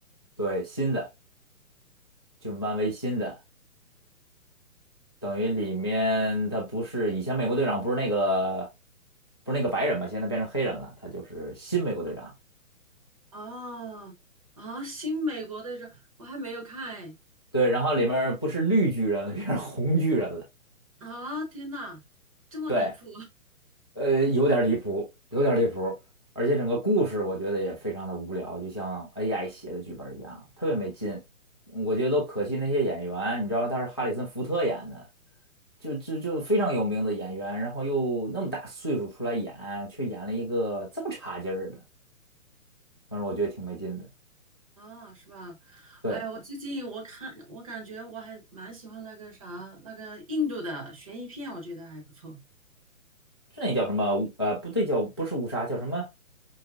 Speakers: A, on the left; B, on the right.
A: 对，新的，就是漫威新的，等于里面他不是以前美国队长不是那个不是那个白人嘛，现在变成黑人了，他就是新美国队长。
B: 哦啊，《新美国队长》我还没有看哎
A: 对，然后里面不是绿巨人了，变成红巨人了。
B: 啊！天呐，这么离谱
A: 对，呃，有点离谱，有点离谱，而且整个故事我觉得也非常的无聊，就像 AI 写的剧本一样，特别没劲。我觉得都可惜那些演员，你知道他是哈里森福特演的，就就就非常有名的演员，然后又那么大岁数出来演，却演了一个这么差劲儿的，反正我觉得挺没劲的。
B: <laughs> 啊，是吧？
A: 对，
B: 哎呀，我最近我看我感觉我还蛮喜欢那个啥那个印度的悬疑片，我觉得还不错，
A: 是那叫什么？呃，不对，叫不是乌纱，叫什么？